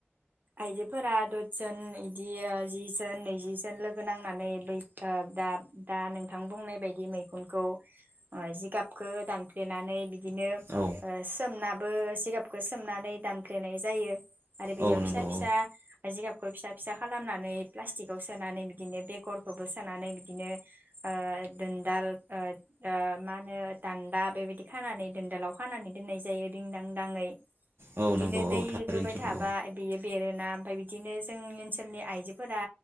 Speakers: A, on the right (about 45°); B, on the right (about 65°).
A: आइजोफोरा दसजोन इदि जि जोन नैजि जोन लोगो नांनानै बै ओदा दा नोंथां बुंनाय बायदि मैखुनखौ जिगाबखो दानफ्ले देनानै बिदि बिदिनो
B: औ
A: ओ सोमना बो जिगाबखौ सोमनानै दानफ्लेनाय जायो। आरो बेयाव
B: औ नंगौ
A: फिसा फिसा जिगाबखौ फिसा फिसा खालामनानै प्लास्टिकआव सोनानै बिदिनो बेगरखौबो सोनानै बिदिनो ओ दोनदाल ओ ओ मा होनो दानदाब बेबायदि खानानै दोनदोलाव खानानै दोननाय जायो दिंदां दाङै।
B: औ
A: बिदिनो
B: नंगौ
A: दै
B: औ थारैनो
A: लुबाय
B: सैथो
A: थाबा बेयो बेरोना ओमफफ्राय बिदिनो जोंनि ओनसोलनि आइजोफोरा